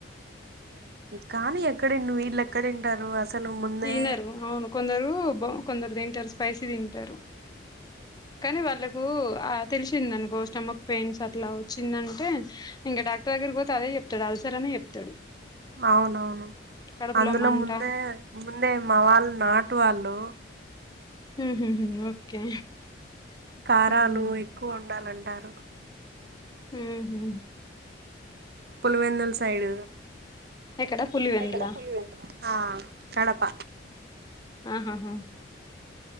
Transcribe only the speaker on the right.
కానీ ఎక్కడిండు వీళ్ళు ఎక్కడింటారు అసలు ముందే
అవునవును
అందులో
ముందే ముందే మా వాళ్ళ నాటు వాళ్ళు
కారాలు
ఎక్కువ ఉండాలంటారు
పులివెందుల్ సైడ్
ఎక్కడ పులివెందు ఆ కడప